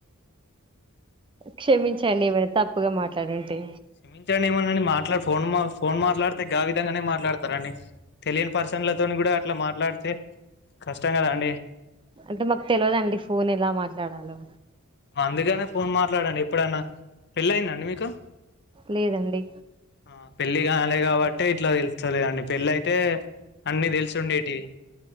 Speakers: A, on the right (about 25°); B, on the left (about 50°).
A: క్షమించండి ఏమైనా తప్పుగా మాట్లాడింటే
B: క్షమించండి ఏమనండి మాట్లాడ్ ఫోన్ మా ఫోన్ మాట్లాడితే గా విధంగానే మాట్లాడతారండి తెలియని పర్శన్లతోను కూడా అట్లా మాట్లాడితే కష్టం కదండి
A: అంటే మాకు తెలియదండి ఫోన్ ఎలా మాట్లాడాలో
B: అందుకనే ఫోన్ మాట్లాడండి ఎప్పుడన్నా పెళ్లి అయిందండి మీకు
A: లేదండి
B: ఆ పెళ్లి కాలే కాబట్టే ఇట్లా తెలుస్తా లేదండి పెళ్లి అయితే అన్ని తెలుసుండేటివి